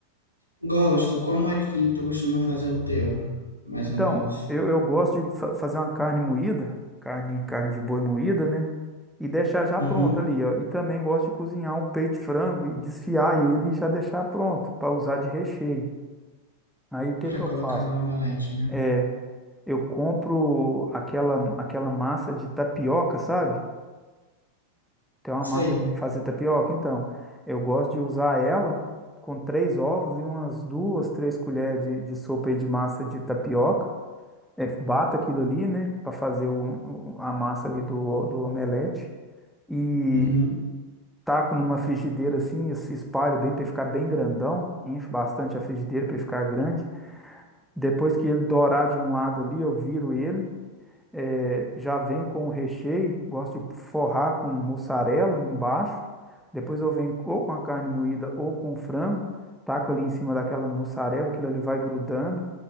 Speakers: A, on the left; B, in the centre.
A: Gosto. Como é que tu costuma fazer o teu, mais
B: Então,
A: ou menos?
B: eu, eu gosto de fa- fazer uma carne moída, carne, carne de boi moída, né? E deixar já
A: Uhum.
B: pronto ali, ó. E também gosto de cozinhar um peito de frango e desfiar ele e já deixar pronto para usar de recheio. Aí o que
A: para
B: que
A: colocar
B: eu faço?
A: na omelete, né?
B: É, Eu compro aquela, aquela massa de tapioca, sabe? Tem uma
A: Sei.
B: massa de fazer tapioca. Então, eu gosto de usar ela com três ovos e umas duas, três colheres de, de sopa aí de massa de tapioca. É, bato aquilo ali, né? Para fazer o, o- a massa ali do, do omelete. E
A: Uhum.
B: taco numa frigideira assim, es- espalho bem para ficar bem grandão. Encho bastante a frigideira para ficar grande. Depois que ele dourar de um lado ali, eu viro ele. é, já vem com o recheio, gosto de forrar com mussarela embaixo. Depois eu venho ou com a carne moída ou com o frango, taco ali em cima daquela mussarela, aquilo ali vai grudando.